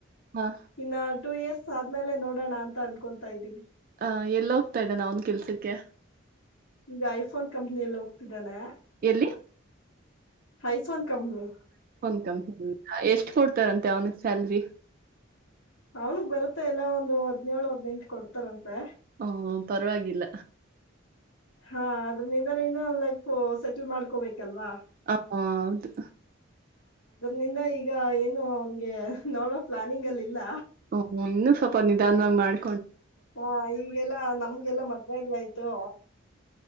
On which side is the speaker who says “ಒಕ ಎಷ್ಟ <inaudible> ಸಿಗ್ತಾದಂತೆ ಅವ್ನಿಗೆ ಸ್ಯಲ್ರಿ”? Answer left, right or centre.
Right